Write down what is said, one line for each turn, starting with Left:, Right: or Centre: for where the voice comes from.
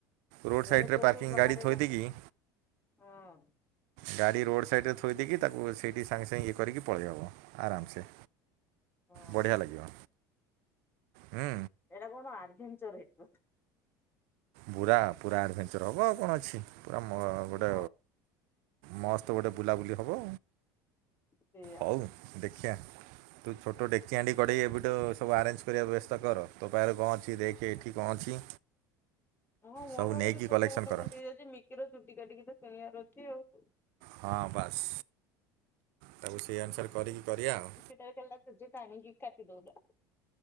Right: ରୋଡ
Left: ହେଲେ
Right: ସାଇଡରେ
Left: କୋଉଠି
Right: ପାର୍କିଂ
Left: ବାହାରେ
Right: ଗାଡ଼ି ଥୋଇ
Left: ରହ
Right: ଦେଇକି
Left: ହଁ
Right: ଗାଡ଼ି ରୋଡ଼ ସାଇଡ଼ରେ ଥୋଇ ଦେଇକି ତାକୁ ସେଇଠି ସାଙ୍ଗେ ସାଙ୍ଗେ ଇଏ କରିକି ପଳେଇହେବ ଆରାମସେ।
Left: ହଁ
Right: ବଢିଆ ଲାଗିବ। ହୁଁ
Left: ଏଟା କଣ ଆଢଭେଣ୍ଚର ହେଇଥିବ।
Right: ପୁରା ପୁରା ଆଡ଼ଭେଞ୍ଚର ହେବ ଆଉ କଣ ଅଛି। ପୁରା ମ ଗୋଟେ
Left: ହଁ
Right: ମସ୍ତ ଗୋଟେ ବୁଲା ବୁଲି ହବ
Left: ସେଇଆ।
Right: ହଉ ଦେଖିଆ ତୁ ଛୋଟ ଦେକ୍ଚିହାଣ୍ଡି କଡେହି ଏବେଠୁ ସବୁ ଆରେଞ୍ଜ କରିବା ବ୍ୟବସ୍ଥା କର ତୋ ପାଖ କଣ ଅଛି ଦେଖି। ଏଠ୍ କଣ ଅଛି?
Left: ହଁ ମୋ
Right: ସବୁ
Left: ପାଖରେ
Right: ନେଇକି
Left: ଛୋଟ
Right: କଲେକ୍ସନ୍
Left: ମୋଟ
Right: କର
Left: କଣ୍ଡି ହୋଇଯାଇଛି ମିକି ର ଚୁଟି କାଟିକି ତ କିଣିବାର ଅଛି ଆଉ ହଉ।
Right: ହଁ ବାସ୍। ତାକୁ ସେଇଆ ଅନୁସାରେ କରିକି କରିବା ଆଉ।
Left: କେଲ୍ କେଲ୍ ରାତି ଯେଣ୍ଟା ହେଇକି କାଟି ଦଉଛ।